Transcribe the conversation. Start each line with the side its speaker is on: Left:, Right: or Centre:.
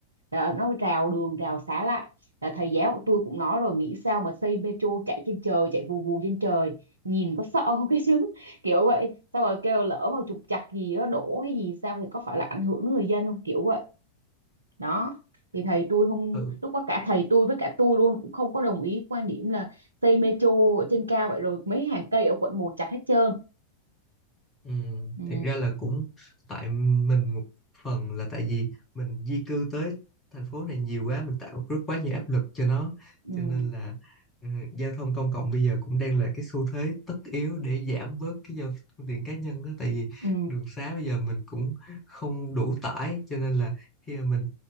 Right: là nó rào đường rào xá lại là thầy giáo của tôi cũng nói rồi nghĩ sao mà xây metro chạy trên trời chạy vù vù trên trời nhìn có sợ không <laughs> cái chứ kiểu vậy xong rồi kêu lỡ mà trục trặc gì đó đổ hay gì sao thì có phải là ảnh hưởng đến người dân không kiểu vậy đó thì thầy tôi không
Left: Ừ.
Right: lúc đó cả thầy tôi với cả tôi luôn cũng không có đồng ý quan điểm là xây metro ở trên cao vậy rồi mấy hàng cây ở quận một chặt hết trơn
Left: Ừ,
Right: ừ,
Left: thiệt ra là cũng tại mình một phần là tại vì mình di cư tới thành phố này nhiều quá mình tạo rất quá nhiều áp lực cho nó
Right: ừ,
Left: cho nên là ừ, giao thông công cộng bây giờ cũng đang là cái xu thế tất yếu để giảm bớt cái giao phương tiện cá nhân đó tại vì
Right: ừ,
Left: đường xá bây giờ mình cũng không đủ tải cho nên là khi mà mình